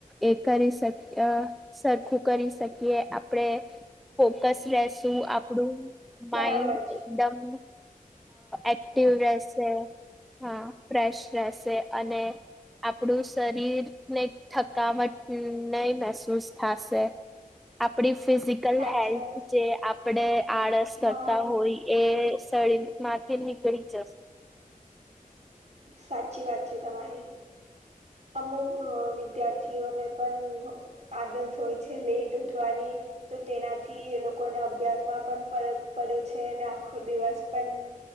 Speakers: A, in the centre; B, on the right.
A: એ કરી શક સરખું કરી શકીએ આપણેે ફોકસ રશું આપણું માઇન્ડ
B: બરાબર છે
A: એકદમ એક્ટિવ રહેશે હા ફ્રેશ રહેશે અને આપણું શરીરને થકાવટ નહી મહેસૂસ થશે આપડી ફિઝિકલ
B: સાચી
A: હેલ્થ
B: વાત
A: જે આપણે આળસ કરતા
B: હા
A: હોય એ સળ માંથી નીકળી જશે
B: સાચી વાત છે તમારી અમુક વિદ્યાર્થીઓને પણ આદશ હોય છે લેટ ઉઠવાની તો તેનાથી એ લોકોને અભ્યાસમાં પણ ફરક પડે છે અને આખો દિવસ પણ